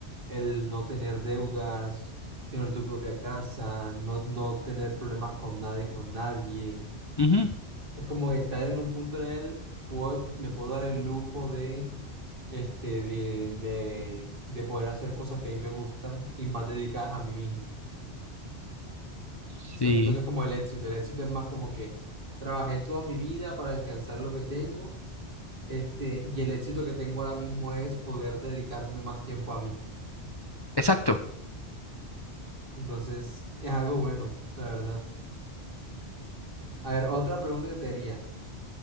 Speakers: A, on the right; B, on the left.
A: el no tener deudas, tener tu propia casa, no, no tener problemas con nadie, con nadie.
B: Ujú.
A: Es como estar en un punto en el, puedo- me puedo dar el lujo de, este, de, de, de poder hacer cosas que a mí me gustan y más dedicadas a mí mismo.
B: Sí.
A: O sea, siento que es como el éxito. El éxito es más como que trabajé toda mi vida para alcanzar lo que tengo, este, y el éxito que tengo ahora mismo es poder dedicarme más tiempo a mí.
B: Exacto.
A: Entonces, es algo bueno, la verdad. A ver, otra pregunta que te haría.